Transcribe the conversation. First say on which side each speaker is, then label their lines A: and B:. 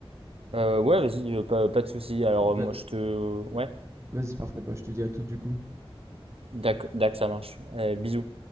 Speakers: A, on the right; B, on the right.
A: Euh, ouais, vas-y, euh, pas, pas de souci. Alors
B: Va-
A: euh, moi, je te... Ouais,
B: Vas-y, parfait, bah je te dis à tout du coup.
A: d'ac, d'ac, ça marche. Euh, bisous.